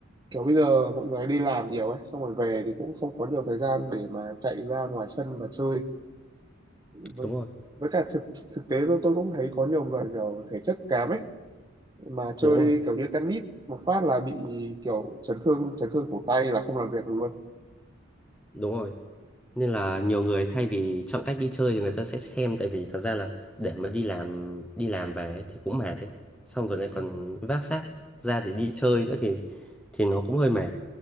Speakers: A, on the right; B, in the centre.
A: kiểu bây giờ mọi người đi làm nhiều ấy xong rồi về thì cũng không có nhiều thời gian để mà chạy ra ngoài sân và chơi với
B: đúng rồi
A: với cả thực thực tế tôi tôi cũng thấy có nhiều người kiểu thể chất kém ấy mà chơi
B: đúng rồi
A: kiểu như tennis một phát là bị kiểu chấn thương chấn thương cổ tay là không làm việc được luôn
B: đúng rồi nên là nhiều người thay vì chọn cách đi chơi thì người ta sẽ xem tại vì thật ra là để mà đi làm đi làm về ấy thì cũng mệt ấy xong rồi lại
A: Ừ.
B: còn vác xác ra để đi chơi nữa thì thì nó cũng hơi mệt